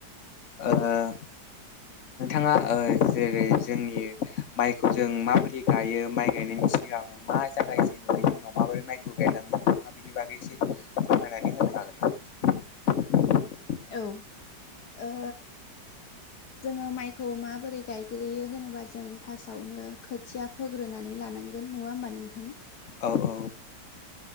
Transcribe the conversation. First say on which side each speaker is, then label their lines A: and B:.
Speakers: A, on the left; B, on the left.
A: ओं ओ जेरै जोंनि माइखौ जों माबोरै गायो माइ गायनायनि सिगां मा जागायजेनो बिनि उनाव माबोरै माइखौ गायलाङो नोंथाङा बेनि बागै एसे फोरमायनानै होनो हागोन नामा? <inaudible>
B: औ ओ जोंङो माइखौ माबोरै गायग्रोयो होनोबा जों फार्स्टआवनो खोथिया फोग्रोनानै लानांगोन नङा होमबा नोंथां
A: औ औ।